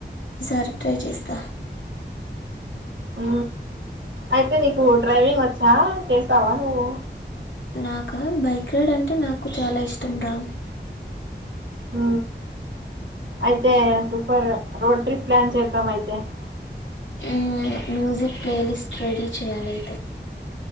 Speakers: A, on the left; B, on the right.
A: ఈ సారి ట్రై చేస్త
B: ఉ అయితే నీకు డ్రైవింగ్ వచ్చా చేస్తావా నువ్వు.
A: నాక బైక్ రైడ్ అంటే నాకు చాలా ఇష్టం రా.
B: హు అయితే సూపర్ రోడ్ ట్రిప్ ప్లాన్ చేద్దాం. అయితే అంటే
A: మ్మ్ మ్యూజిక్ ప్లేలిస్ట్ రెడీ చేయాలైతే